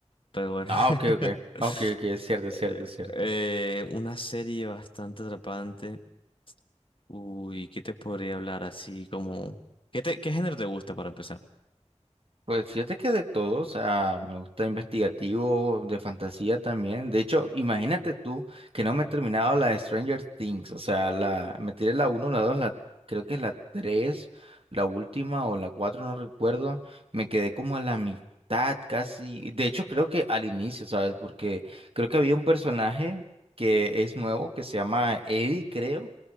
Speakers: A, on the left (about 45°); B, on the right (about 50°).
A: pero bueno,
B: Ah,
A: <laughs>
B: ok, ok, ok, ok, es cierto,
A: Eh,
B: es cierto, es cierto.
A: eh, una serie bastante atrapante, uy, ¿qué te podría hablar así como... ¿Qué te- qué género te gusta para empezar?
B: Pues fíjate que de todo, o sea, me gusta investigativo, de fantasía también. De hecho, imagínate tú que no me he terminado la de Stranger Things, o sea, la, me tiré la uno, la 2, la, creo que es la 3, la última o la 4 no recuerdo. Me quedé como a la mitad casi. De hecho, creo que al inicio, ¿sabes? Porque creo que había un personaje que es nuevo, que se llama Eddie, creo